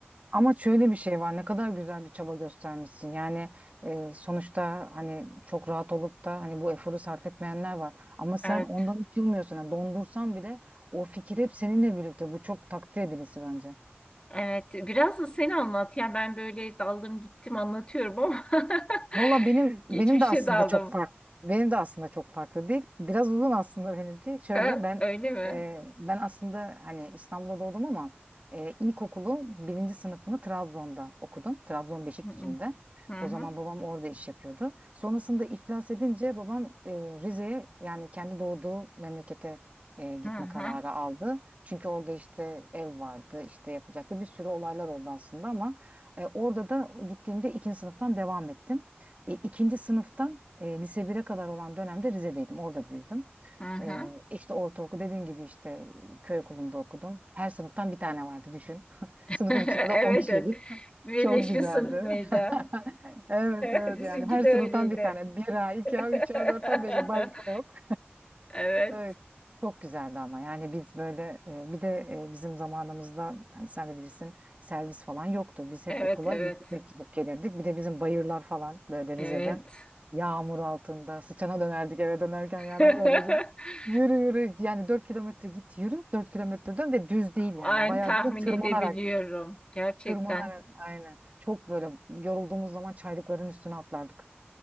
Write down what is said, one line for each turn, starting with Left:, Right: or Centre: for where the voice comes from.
Right: Ama şöyle bir şey var. Ne kadar güzel bir çaba göstermişsin. Yani e, sonuçta hani çok rahat olup da hani bu eforu sarf etmeyenler var. Ama sen
Left: Evet.
Right: ondan hiç yılmıyorsun. Yani dondursan bile o fikir hep seninle birlikte. Bu çok takdir edilisi bence.
Left: Evet, biraz da sen anlat. Ya ben böyle daldım gittim anlatıyorum ama <laughs>
Right: Valla benim
Left: geçmişe
Right: benim de aslında
Left: daldım.
Right: çok farklı. Benim de aslında çok farklı değil. Biraz uzun aslında benimki. Şöyle
Left: Ö,
Right: ben
Left: Öyle mi?
Right: e, ben aslında hani İstanbul'da doğdum ama e, ilkokulu birinci sınıfını Trabzon'da okudum. Trabzon Beşikdüzü'nde.
Left: Hı hı hı
Right: O zaman babam orada iş yapıyordu. Sonrasında iflas edince babam e, Rize'ye yani kendi doğduğu memlekete e, gitme
Left: hı hı.
Right: kararı aldı. Çünkü orada işte ev vardı, işte yapacaktı. Bir sürü olaylar oldu aslında ama e, orada da gittiğimde ikinci sınıftan devam ettim. E, İkinci sınıftan e, lise 1'e kadar olan dönemde Rize'deydim. Orada büyüdüm.
Left: hı hı.
Right: E, işte ortaokul dediğin gibi işte e, köy okulunda okudum. Her sınıftan bir tane vardı düşün. <laughs>
Left: <laughs>
Right: Sınıfın içinde
Left: Evet,
Right: de 10 kişiydik.
Left: evet.
Right: <laughs>
Left: Birleşmiş
Right: Çok güzeldi.
Left: sınıf mıydı?
Right: <laughs> Evet evet
Left: <laughs> Bizimki
Right: yani her
Left: de
Right: sınıftan
Left: öyleydi.
Right: bir tane. Bir, a 2A,
Left: <laughs>
Right: 3A, 4A, 5A başka yok.
Left: Evet,
Right: Evet. Çok güzeldi ama yani biz böyle e, bir de e, bizim zamanımızda hani sen de bilirsin servis falan yoktu. Biz hep
Left: evet,
Right: okula
Left: evet,
Right: yürüyerek gidip gelirdik. Bir de bizim bayırlar falan böyle
Left: evet.
Right: Rize'de yağmur altında sıçana dönerdik eve dönerken yani
Left: <laughs>
Right: o derece yürü yürü yani 4 kilometre git yürü 4 kilometre dön ve düz değil yani
Left: Aynı
Right: bayağı
Left: tahmin
Right: bir de tırmanarak
Left: edebiliyorum gerçekten.
Right: tırmanarak aynen çok böyle yorulduğumuz zaman çaylıkların üstüne atlardık.